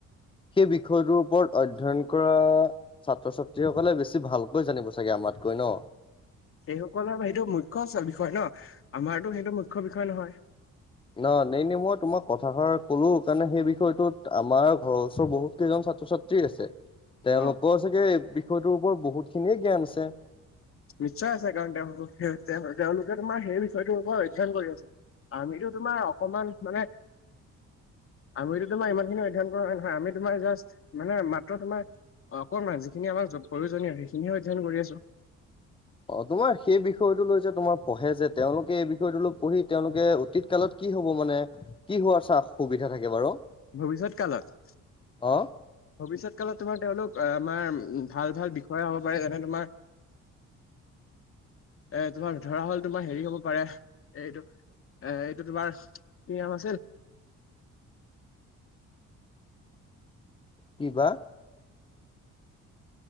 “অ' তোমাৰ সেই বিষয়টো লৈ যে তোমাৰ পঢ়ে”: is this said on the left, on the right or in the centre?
Left